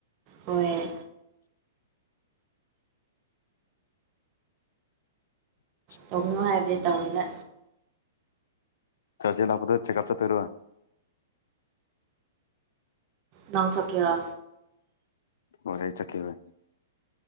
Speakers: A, on the right; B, on the left.
A: ꯑꯣꯏꯣꯏ
B: ꯎꯝ
A: ꯇꯧꯅꯣ ꯍꯥꯏꯕꯁ ꯇꯧꯔꯒ
B: ꯆꯔꯖꯦꯥꯛꯄꯣ ꯆꯦꯛꯀꯑ ꯆ ꯇꯔꯑꯣ
A: ꯅꯪꯆꯀꯔ
B: ꯍꯣꯏ ꯑꯩ ꯆꯠꯀꯈꯤꯕ